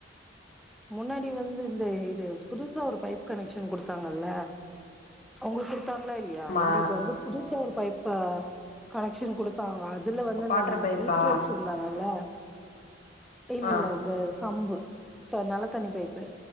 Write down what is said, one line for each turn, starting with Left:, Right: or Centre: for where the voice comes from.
Centre: முன்னாடி வந்து இந்த இது புதுசா ஒரு பைப் கனெக்ஷன் குடுத்தாங்கல்ல உங்களுக்கு குடுத்தாங்களா இல்லையா
Left: ஆமா
Centre: எங்களுக்கு வந்து புதுசா ஒரு பைப்பு கனெக்ஷன் குடுத்தாங்க அதுல வந்து அந்த
Left: வாட்டர் பைப்பா
Centre: மீட்ரு வெச்சது இருந்தாங்கல்ல இல்ல
Left: ஆ
Centre: அந்த சம்பு த நல்லத்தண்ணி பைப்பு